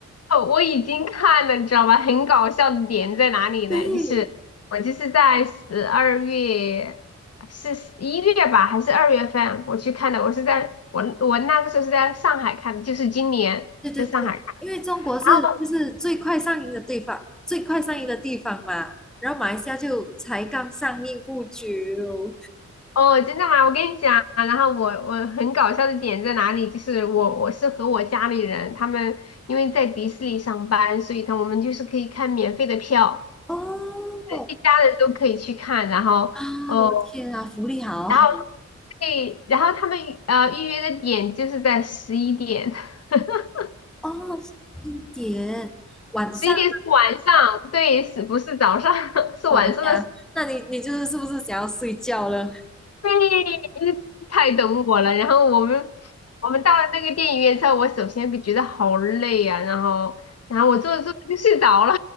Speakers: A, on the left; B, in the centre.
A: 哦，我已经看了，你知道吗？很搞笑的点在哪里呢？
B: 对，
A: 就是我就是在十二月，是一月吧，还是二月份我去看的？我是在我我那个时候是在上海看的，就是今年在上海看。
B: 对对对，因为中国是就是最快上映的地方，
A: 然后
B: 最快上映的地方嘛。然后马来西亚就才刚上映不久。
A: 哦，真的吗？我跟你讲，然后我我很搞笑的点在哪里？就是我我是和我家里人，他们因为在迪士尼上班，所以他我们就是可以看免费的票，
B: 哦，
A: 一家人都可以去看，然后。
B: 啊，
A: 哦。
B: 我的天啊，福利好好
A: 然后对，然后他们呃预约的点就是在十一点，<laughs>
B: 哦，一点晚上
A: 十一点是晚上，对，是不是早上？<laughs> 是晚上的十
B: 哦，我天啊，那你你就是是不是想要睡觉了？
A: 对，太懂我了。然后我们我们到了那个电影院之后，我首先就觉得好累啊，然后然后我坐着坐着就睡着了，